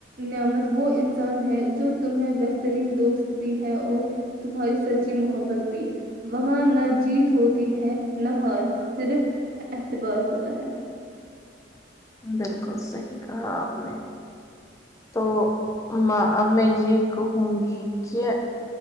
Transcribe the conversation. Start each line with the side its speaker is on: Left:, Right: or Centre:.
Right: نعمت وہ انسان ہے جو تمہیں بہترین دوست بھی ہے اور تمہاری سچی محبت بھی وہاں نہ جیت ہوتی ہے نہ ہار صرف اعتبار ہوت تا ہے
Left: بالکل صحیح کہا آپ نے تو ماں اب میں یہ کہوں گی کہ